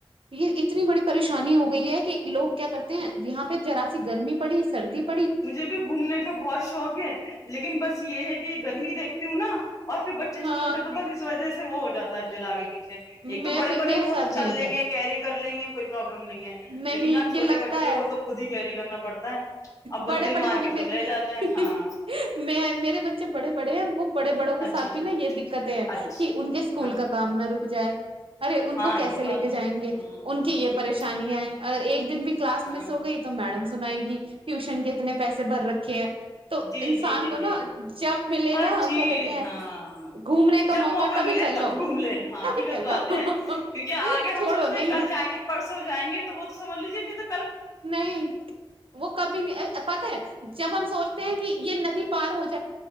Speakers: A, on the right; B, on the left.
A: یہ ایک۔۔ انی بڑی پریشانی ہو گئی ہے کہ لوگ کیا کرتے ہیں یہاں پہ جذرا سی گرمی پڑی سردی بھی
B: مجھے بھی گھومنے کا بہت شوق ہے لیکن بس یہ ہے کہ گرمی دیکھ تیوں نا اورفھر بچے
A: ہاں
B: چھو چوٹے تو بس اس وجہ سے سے وہ ہو جا ہے دل آگے پیھے اچ ایک تو
A: میں
B: بڑے
A: بھی
B: بڑے
A: میرے
B: ہوں
A: ساتھ
B: تو
A: بھی
B: چل
A: ہوتا
B: لیں
A: ہے
B: گے کیری کر لیں گے پروابلم نہیں ہے
A: نہیں
B: لیکن یہاں چوٹے
A: یہ لگتا
B: بچے
A: ہے
B: کو تو خود ہی کیری کرنا پڑ پڑھتا ہے اب
A: بڑے
B: بس دل
A: بڑے
B: مار
A: ہونے
B: کے
A: میرے
B: پھر رہ جاتے ہیں ہاں
A: میں میرے بچے بڑے بڑے ہیں وہ بڑے بڑوں کے
B: اچھا
A: ساتھ
B: اچھا
A: بھی نا یہ دقتیں ہیں
B: اچھی
A: کہ ان کے اسکول
B: ہاں
A: کا کام نہ رک جائے ج <unintelligible> ارے ان
B: ہاں
A: کو کیسے
B: یہ
A: لے
B: بات
A: کے جائیں
B: بھی
A: گے
B: ہ ہ
A: ان کی یہ پریشانیاں ہیں ا ایک دن بی <unintelligible> کلاس
B: ہاں
A: مس ہو گئی تو میڈم سنائے گی ٹیوشن کے اتنے پیسے بھر رکھے ہیں تو
B: جی
A: انسان
B: جی جی
A: کو
B: جی
A: نا جب ملے
B: ہر
A: نا
B: چیز
A: کیا کہتے ہیں
B: ہاں
A: گھومنے کا
B: جب
A: موقع تبھی
B: ملے
A: چل
B: تب
A: لو
B: گھوم لے ہاں
A: تبھی
B: حقیقت
A: چل
B: بات
A: لو
B: ہے کیونکہ آگے
A: چھوڑو
B: ہم سوچ رہے
A: نہیں
B: ہیں کل جائیں گے پرسوں جائیں گے تو وہ تومجھ لیجیے پھر تک
A: نہیں وہ کبھی نہیں پت ہے جب ہم سوچتے ہیں کہ یہ ندی پار ہوتی